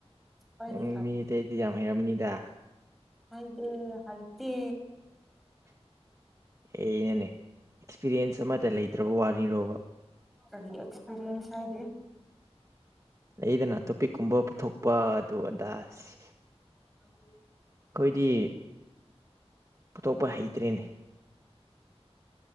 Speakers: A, in the centre; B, on the right.
A: ꯍꯣꯏꯗꯤ
B: ꯎ ꯃꯤ ꯇ ꯏꯗꯤ ꯌꯥꯝ ꯍꯥꯏꯔꯝꯅꯤꯗ
A: ꯍꯥꯏꯗ ꯑꯥꯏꯇ
B: ꯑꯩꯅꯅꯦ ꯑꯦꯛꯁꯄꯤꯔꯤꯌꯦꯟꯁ ꯑꯃꯇ ꯂꯩꯇ꯭ꯔꯕ ꯋꯥꯅꯤꯔꯣꯕ
A: ꯀꯔꯤ ꯑꯦꯛꯁꯄꯤꯔꯤꯌꯟꯁ ꯍꯥꯏꯗꯤꯦ
B: ꯂꯩꯗꯅ ꯇꯣꯄꯤꯛꯀꯨꯝꯕ ꯄꯨꯊꯣꯛꯄ ꯑꯗꯨ ꯑꯗꯥꯁ
A: ꯑ
B: ꯗꯤ ꯄꯨꯊꯣꯛꯄ ꯍꯩꯇ꯭ꯔꯦꯅꯦ